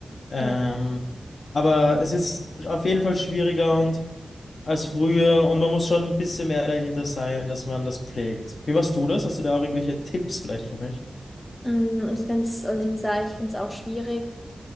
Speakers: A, on the left; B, on the left.
A: Ähm,
B: ja.
A: aber es ist auf jeden Fall schwieriger und als früher und man muss schon ein bisschen mehr dahinter sein, dass man das pflegt. Wie machst du das? Hast du da auch irgendwelche Tipps vielleicht für mich?
B: Mm, Ich finde es, also ich muss sagen, ich finde es auch schwierig.